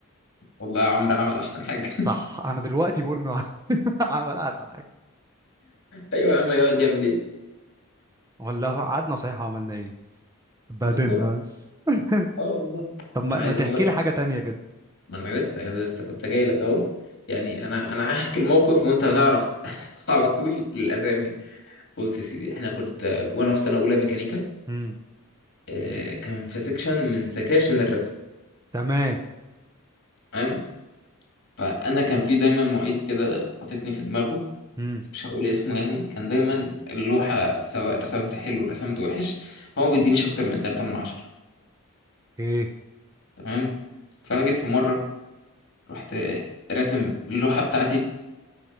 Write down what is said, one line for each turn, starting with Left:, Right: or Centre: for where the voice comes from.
Left: والله يا عمرو عمل احسن حاجه
Right: صح
Left: <laughs>
Right: انا دلوقتي بورنو <laughs> عمل احسن حاجه
Left: ايوه يا عم يقعد يعمل ايه
Right: ولا هو قعدنا صحيح عملنا ايه بدلنا
Left: بالظبط
Right: بس <laughs>
Left: اه والله
Right: طب ما,
Left: أنا عايز
Right: ما تحكي
Left: اقول لك
Right: لي حاجه تانية كده
Left: ما انا لسه لسه كنت جاي لك اهو يعني انا انا هحكي الموقف وانت هتعرف <laughs> على طول الاسامي بص يا سيدي احنا كنت وانا في سنه اولى ميكانيكا
Right: امم
Left: آه، كان في سكشن من سكاشن الرسم
Right: تمام
Left: تمام فانا كان في دايما معيد كده حاططني في دماغه
Right: امم
Left: مش هقول اسمه يعني كان دايما اللوحه سواء رسمت حلو رسمت وحش هو بيدينيش اكتر من 3 من عشرة
Right: ايه
Left: تمام فانا جيت في مره رحت راسم اللوحه بتاعتي